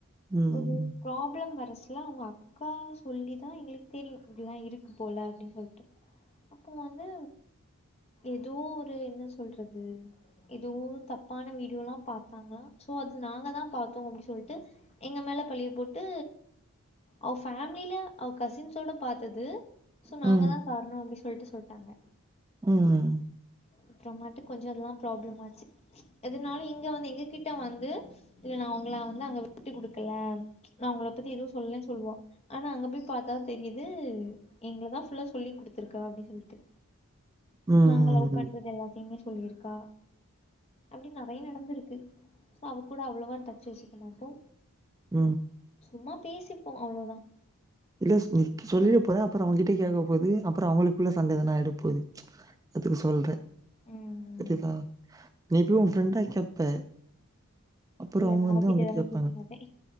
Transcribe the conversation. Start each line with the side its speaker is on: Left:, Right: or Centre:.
Right: ம்.
Left: ஒரு ப்ராப்ளம் வர ஸ் லா அவுங்க அக்கா சொல்லிதா எங்ளுக்கு தெரியு இப்டில்லா இருக்கு போல அப்டி சொல்ட்டு அப்போ வந்து ஏதோ ஒரு என்ன சொல்றது ஏதோ தப்பான வீடியோலா பாத்தானா சோ அது நாங்க தா பாத்தோ அப்டி சொல்ட்டு எங்க மேல பழிய போட்டு அவ ஃபேமிலில அவ கசின்ஸ்ஸோட பாத்தது சோ
Right: ம்.
Left: நாங்கதா கார்ணோ அப்டி சொல்ட்டு சொல்ட்டாங்க
Right: ம்
Left: அப்புறமாட்டு கொஞ்சொ அதெல்லா ப்ராப்ளம் ஆச்சு எதுனாலு இங்க வந்து எங்க கிட்ட வந்து இல்ல நா உங்கள வந்து அங்க விட்டு குடுக்கல நா உங்கள பத்தி எதுவு சொல்லலேன்னு சொல்லுவா ஆனா அங்க போய் பாத்தா தெரியுது எங்களதா ஃபுல்லா சொல்லி் குடுத்துருக்கா அப்டி சொல்ட்டு
Right: ம்.
Left: நாங்க லவ் பண்றது எல்லாத்தையுமே சொல்லியிருக்கா அப்டி நெறைய நடந்திருக்கு சோ அவ கூட அவ்ளோவா டச் வச்சுக்க மாட்டோ
Right: ம்
Left: சும்மா பேசிப்போ அவ்ளோதா
Right: இல்ல சொல்லிட போற அப்ரோ அவங்கிட்டே கேக்க போகுது அப்ரோ அவங்களுக்குள்ள சண்ட எதனா ஆய்ட போது அதுக்கு சொல்றே
Left: ம்
Right: புரியதா நீ போய் ஒ ஃப்ரெண்டா கேப்ப அப்பரோ
Left: இல்ல
Right: அவ்ங்க
Left: நா
Right: வந்து
Left: அவகிட்ட
Right: அவ்ங்கட்ட
Left: இதெல்லா
Right: கேப்பாங்க
Left: கேக்க மாட்டே